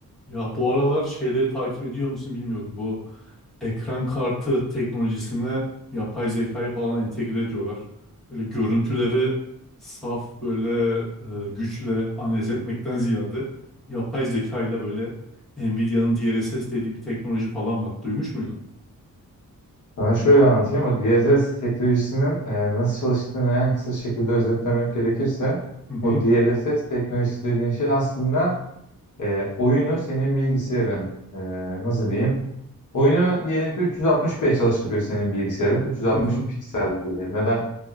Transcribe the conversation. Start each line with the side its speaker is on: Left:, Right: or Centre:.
Centre: Ya bu aralar şeyleri takip ediyor musun bilmiyorum. Bu ekran kartı teknolojisine yapay zekayı falan entegre ediyorlar. Böyle görüntüleri saf böyle e, güçle analiz etmekten ziyade yapay zekayla böyle Nvidia'nın DLSS dediği bir teknoloji falan var. Duymuş muydun?
Left: Sana şöyle anlatayım. O DLSS teknolojisinin e, nasıl çalıştığını en kısa şekilde özetlemek gerekirse
Centre: Hı hı.
Left: o DLSS teknolojisi dediğin şey aslında e, oyunu senin bilgisayarın e, nasıl diyeyim? Oyunu diyelim ki 360p çalıştırıyor senin bilgisayarın. 360
Centre: Hı hı.
Left: piksel diyelim ya da